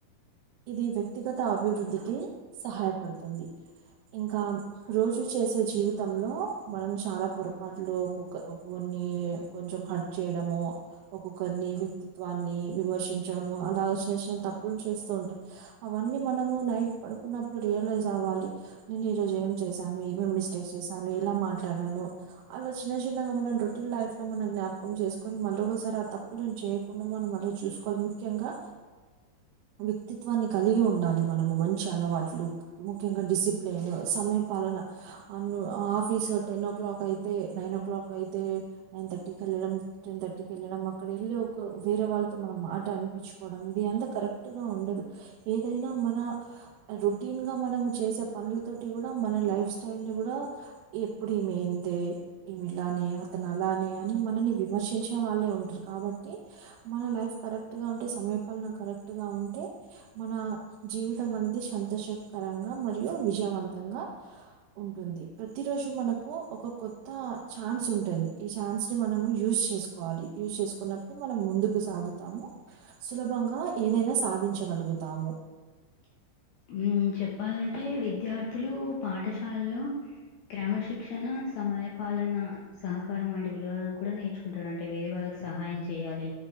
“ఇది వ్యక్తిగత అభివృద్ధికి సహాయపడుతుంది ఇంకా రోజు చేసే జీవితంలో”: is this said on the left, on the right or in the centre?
Right